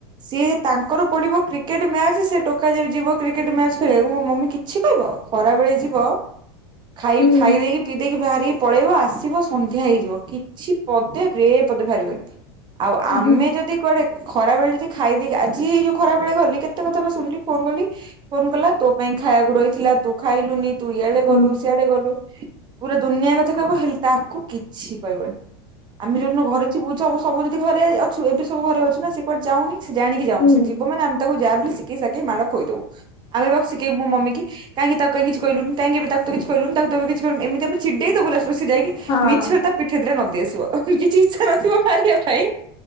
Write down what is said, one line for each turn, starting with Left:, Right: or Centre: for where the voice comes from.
Right: ସିଏ ତାଙ୍କର ପଡିବ କ୍ରିକେଟ ମ୍ୟାଚ ସେ ଟୋକା ଯିବ କ୍ରିକେଟ ମ୍ୟାଚ ଖେଳିବାକୁ ମୋ ମମି କିଛି କହିବ ଖରାବେେଳେ ଯିବ ଖାଇ
Left: ହୁଁ।
Right: ଖାଇ ଦେଇକି ପି ଦେଇକି ବାହା କି ପଳେଇବ ଆସିବ ସନ୍ଧ୍ୟା ହେଇଯିବ କିଛି ପଦେ ରେ ପଦେ ବାହାରିବନି ଆଉ
Left: ହୁଁ
Right: ଆମେ ଯଦି କୁଆଡ଼େ ଖରାବେଳେ ଯଦି ଖାଇଦେଇକି ଆଜି ଯୋଉ ଖରା ବେଳେ ଗଲି କେତେ କଥା ବା ଶୁଣିଲି ଫୋନ କଲି ଫୋନ କଲା ତୋ ପାଇଁ ଖାଇବାକୁ ରହିଥିଲା ତୁ ଖାଇଲୁନି ତୁ ଇଆଡେ
Left: ହୁଁ
Right: ଗଲୁ ସିଆଡେ ଗଲୁ ପୁରା ଦୁନିଆ କଥା କହିବ ହେଲେ ତାକୁ କିଛି କହିବନି। ଆମେ ଯୋଉଦିନ ଘରେ ଥିବୁ ସବୁ ସବୁ ଯଦି ଘରେ ଅଛୁ ଏବେ ସବୁ ଘରେ ଅଛୁ ନା ସେ କୁଆଡେ ଯାଉନି ସେ ଜାଣିକି ଯାଉନି
Left: ହୁଁ
Right: ସେ ଯିବ ମାନେ ଆମେ ତାକୁ ଯାହାବି ହିଲି ଶିକେଇ ସାକେଇ ମାଡ଼ ଖୋଇଦବୁ। ଆମେ ବା ଶିଖେଇବୁ ମୋ ମମି କି କାହିଁକି ତାକୁ କାଇଁ କିଛି କହିଲୁନି କାଇଁକି ଏବେ ତ ତାକୁ କିଛି କହିଲୁନି ତାକୁ ତ ଏବେ କିଛି ଏମିତି ଆମେ ଚିଡ଼େଇ ଦବୁ ଲାଷ୍ଟକୁ ସେ ଯାଇକି
Left: ହଁ
Right: ମିଛରେ ତା ପିଠିରେ ଦିଟା ନଦିଦେବେ ବେଶ୍ ଭଲ କିଛି ଇଚ୍ଛା ନଥିବ ମାରିବା ପାଇଁ